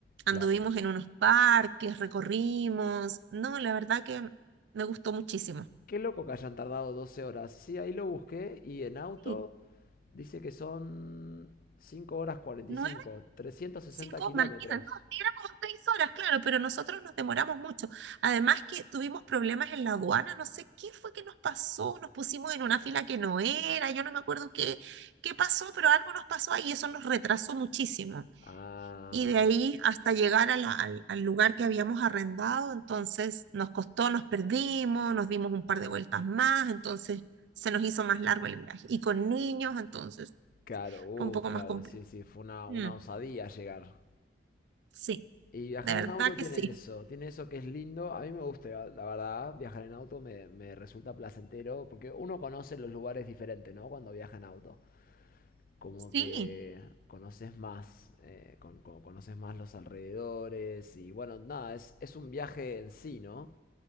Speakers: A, on the left; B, on the right.
A: claro.
B: Anduvimos en unos parques, recorrimos. No, la verdad que me gustó muchísimo.
A: Qué loco que hayan tardado 12 horas. Sí, ahí lo busqué y en auto
B: Sí,
A: dice que son 5 horas cuarenta
B: nueve,
A: y cinco, trescientos sesenta
B: cinco,
A: kilómetros.
B: imagina, no, sí, era como seis horas, claro, pero nosotros nos demoramos mucho. Además que tuvimos problemas en la aduana, no sé qué fue que nos pasó, nos pusimos en una fila que no era, yo no me acuerdo qué, qué pasó, pero algo nos pasó ahí y eso nos retrasó muchísimo.
A: Ah,
B: y de ahí hasta llegar a la- al, al lugar que habíamos arrendado, entonces nos costó, nos perdimos, nos dimos un par de vueltas más, entonces se nos hizo más largo el viaje. Y con niños, entonces
A: claro, uh,
B: fue un poco
A: claro,
B: más complejo.
A: sí, sí, fue una,
B: Mm,
A: una osadía llegar.
B: sí,
A: Y viajar
B: de verdad
A: en auto
B: que
A: tiene
B: sí.
A: eso, tiene eso que es lindo. A mí me gusta, la verdad, viajar en auto me, me resulta placentero porque uno conoce los lugares diferentes, ¿no? Cuando viaja en auto. Como
B: Sí.
A: que conoces más, eh, con- con- conoces más los alrededores y bueno, nada, es, es un viaje en sí, ¿no?